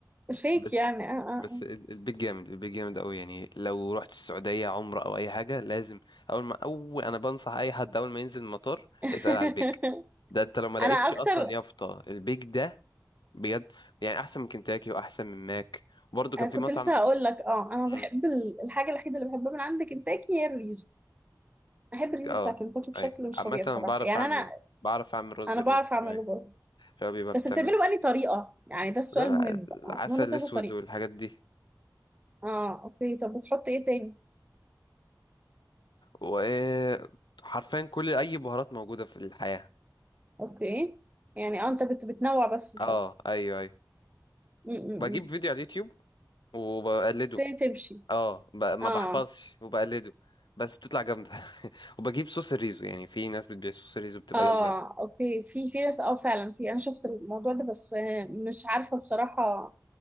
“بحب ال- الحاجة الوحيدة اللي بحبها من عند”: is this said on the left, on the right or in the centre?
Right